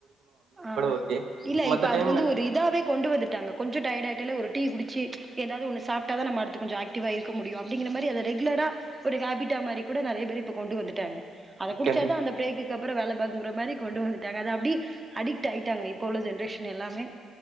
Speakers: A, on the right; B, on the right.
A: ஆ
B: ஓகே.
A: இல்ல
B: மத்த
A: இப்ப அது
B: டைம்ல
A: வந்து ஒரு இதாவே கொண்டு வந்துட்டாங்க கொஞ்சோ டயடாயிட்டாலே ஒரு டீ குடு ச்சு எதாவது ஒன்னு சாப்டாதா நம்ம அடுத்து கொஞ்சோ ஏக்டிவா இருக்க முடியு அப்டிங்கிற மாரி அத ரெகுலரா ஒரு ஹேபிட்டா மாரி கூட நறையா பேர் இப்போ கொண்டு வந்துட்டாங்க அத குடுச்சாதா
B: கண்டிப்
A: அந்த பிரேக்குக்கப் அப்புறோ வேல பாக்குங்குற மாரி கொண்டு வந்துட்டாங்க அத அப்டி அடிக்ட் ஆயிட்டாங்க இப்போ உள்ள ஜென்ரேஷன் எல்லாமே